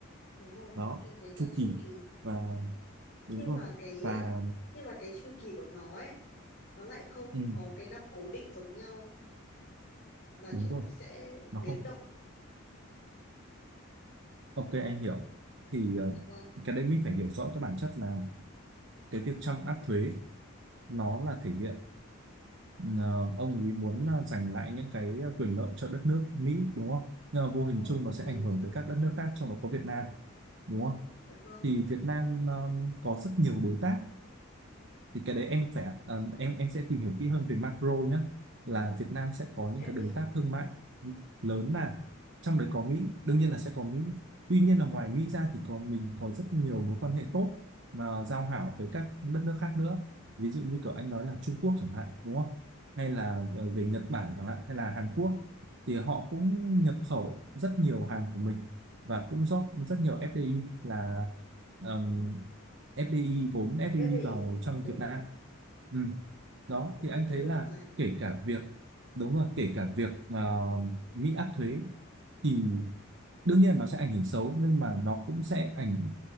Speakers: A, on the left; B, on the right.
A: đúng rồi
B: Đó,
A: kinh tế theo
B: chu
A: chu
B: kỳ
A: kỳ
B: và đúng
A: nhưng
B: rồi
A: mà cái
B: và
A: nhưng mà cái chu kỳ của nó ấy nó lại không
B: ừ,
A: có cái năm cố định giống nhau mà
B: đúng
A: kiểu
B: rồi
A: nó sẽ
B: nó
A: biến
B: không
A: động
B: ok anh hiểu thì ờ,
A: dạ vâng
B: cái đấy mình phải hiểu rõ cái bản chất là cái việc trong áp thuế nó là thể hiện ờ, ông ấy muốn ờ, giành lại những cái ờ, quyền lợi cho đất nước Mỹ đúng không? Nhưng mà vô hình
A: Ồ,
B: chung
A: một
B: nó sẽ
A: mình
B: ảnh hưởng
A: nước Mỹ
B: tới các đất nước khác trong đó có Việt Nam đúng không?
A: dạ vâng
B: Thì Việt Nam ờ, có rất nhiều đối tác thì cái đấy em phải à, em em sẽ tìm hiểu kỹ hơn về macro nhé là Việt Nam sẽ có những
A: em
B: cái
A: biết
B: đối tác thương mại lớn là trong đấy có Mỹ đương nhiên là sẽ có Mỹ tuy nhiên là ngoài Mỹ ra thì có mình có rất nhiều mối quan hệ tốt và giao hảo với các đất nước khác nữa ví dụ như
A: ừ.
B: kiểu anh nói là Trung Quốc chẳng hạn đúng không hay là ờ, về Nhật Bản chẳng hạn hay là Hàn Quốc thì họ cũng nhập khẩu rất nhiều hàng của mình và cũng rót rất nhiều FDI là FDI vốn FDI
A: FDI
B: vào trong
A: đúng
B: Việt
A: không
B: Nam ừ. đó
A: vốn
B: thì
A: đầu
B: anh
A: tư
B: thấy
A: nước
B: là
A: ngoài
B: kể cả việc đúng rồi kể cả việc ờ, Mỹ áp thuế thì đương nhiên nó sẽ ảnh hưởng xấu nhưng mà nó cũng sẽ ảnh